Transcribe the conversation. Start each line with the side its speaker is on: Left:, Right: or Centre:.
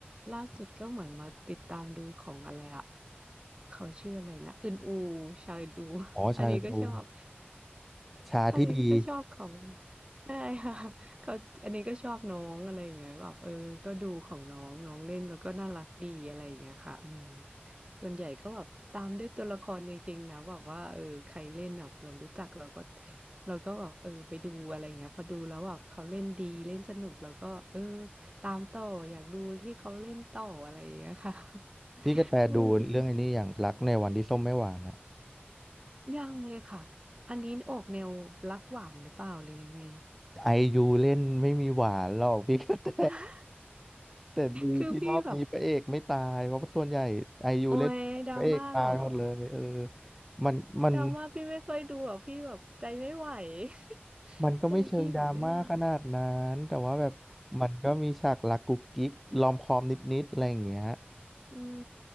Right: ล่าสุดก็เหมือนมาติดตามดูของอะไรอะเขาชื่ออะไรนะอึนอูชายดู <laughs>
Centre: อ๋อชาดู
Right: อันนี้ก็ชอบ <laughs>
Centre: ชาที่ดี
Right: อันนี้ก็ชอบของได้ค่ะเขาอันนี้ก็ชอบน้องอะไรอย่างเงี้ยแบบเออก็ดูของน้องน้องเล่นแล้วก็น่ารักดีอะไรอย่างเงี้ยค่ะอืม ส่วนใหญ่ก็แบบตามด้วยตัวละครจริงๆนะบอกว่าเออใครเล่นแบบเรารู้จักเราก็เราก็แบบเออไปดูอะไรอย่างเงี้ยพอดูแล้วแบบเขาเล่นดีเล่นสนุกแล้วก็เออตามต่ออยากดูที่เขาเล่นต่ออะไรอย่างเงี้ยค่ะ
Centre: พี่กระแตดูเรื่องไอ้นี้อย่างรักในวันที่ส้มไม่หวานอะ
Right: <laughs> เออยังเลยค่ะอันนี้ออกแนวรักหวานหรือเปล่าหรือยังไง
Centre: ไอยูเล่นไม่มีหวานหรอกพี่กระแต
Right: <laughs>
Centre: แต่ดีที่รอบนี้พระเอกไม่ตายเพราะส่วนใหญ่ไอยูเล่นพระเอกตายหมดเลยเออ
Right: คือพี่แบบโอ้ยดราม่าเหรอ
Centre: มันมัน
Right: ดราม่าพี่ไม่ค่อยดูอ่ะพี่แบบใจไม่ไหว <laughs>
Centre: มันก็ไม่เชิงดราม่าขนาดนั้นแต่ว่าแบบมันก็มีฉากรักกุ๊กกิ๊กลอมคอมนิดๆอะไรอย่างเงี้ย
Right: ใจพี่แบบไม่ไหว อืม